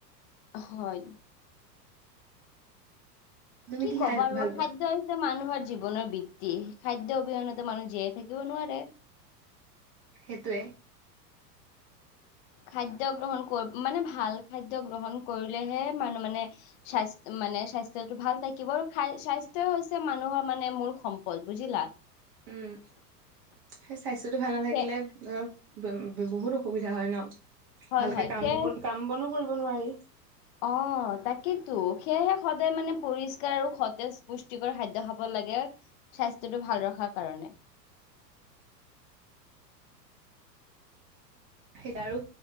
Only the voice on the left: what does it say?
হয়।
কি ক'বা
আৰু
খাদ্যই
যে মানুহৰ জীৱনৰ বৃত্তি, খাদ্য অবিহনেতো মানুহ জীয়াই থাকিব নোৱাৰে।
খাদ্য গ্ৰহণ কৰ মানে ভাল খাদ্য গ্ৰহণ কৰিলেহে মানুহ মানে স্বাস্থ মানে স্বাস্থ্যটো ভাল থাকিব আৰু খায়, স্বাস্থ্য হৈছে মানুহৰ মানে মূল সম্পদ বুজিলা? <inaudible>
সে
হয়
হয়
সেয়ে
অহ তাকেইতো, সেয়েহে সদায় মানে পৰিষ্কাৰ আৰু সতেজ পুষ্টিকৰ খাদ্য খাব লাগে। স্বাস্থ্যটো ভাল ৰখাৰ কাৰণে।